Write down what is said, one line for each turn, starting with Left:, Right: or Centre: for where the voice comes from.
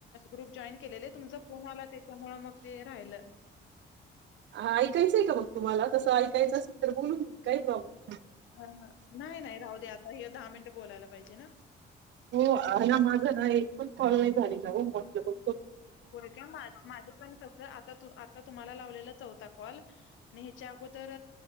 Left: ग्रुप जॉईन केलेले तुमचा फोन आला त्येच्यामुळे मग ते राहिल
Right: हा ऐकायचंय काय मग तुम्हाला तसं ऐकायचं असेल तर बोलून काही प्रॉब्लेम नाही
Left: ह नाय नाय राहू दे आता हे दहा मिनट बोलायला पाहिजे ना.
Right: हो ह ना माझ नाही पण कॉल नाही झालेय जाऊन बघते मग
Left: होय काय माझं पण कस आता तू अता तुम्हाला लावलेला चौथा कॉल आणि ह्याच्या अगोदर